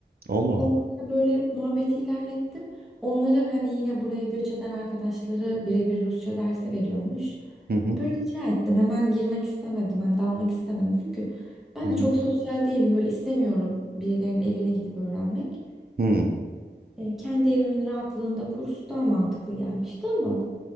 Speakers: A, on the right; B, in the centre.
A: Allah Allah.
B: Onlarla böyle muhabbeti ilerlettim. Onların hani yine buraya göç eden arkadaşları birebir Rusça dersi veriyormuş.
A: Hı hı.
B: Böyle rica ettim. Hemen girmek istemedim. Hani dalmak istemedim. Çünkü ben
A: Hı hı.
B: de çok sosyal değilim. Böyle istemiyorum birilerinin evine gidip öğrenmek.
A: Hmm.
B: E, kendi evimin rahatlığında kurs daha mantıklı gelmişti ama